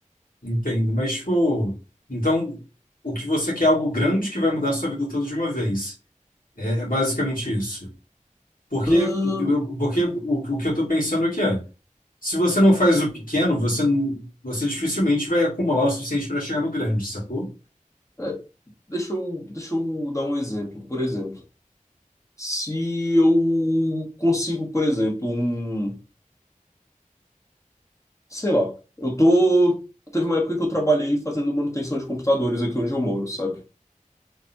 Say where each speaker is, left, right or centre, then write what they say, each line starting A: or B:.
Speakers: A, on the left; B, on the left.
A: Entendo, mas tipo, então o que você quer é algo grande que vai mudar a sua vida toda de uma vez. É, é basicamente isso. Porque,
B: Ahn,
A: eu- porque o, o que eu estou pensando aqui é, se você não faz o pequeno, você, não- você dificilmente vai acumular o suficiente para chegar no grande, sacou?
B: é, deixa eu, deixa eu dar um exemplo. Por exemplo. Se eu consigo, por exemplo, um, sei lá, eu tô, teve uma época que eu trabalhei fazendo manutenção de computadores aqui onde eu moro, sabe?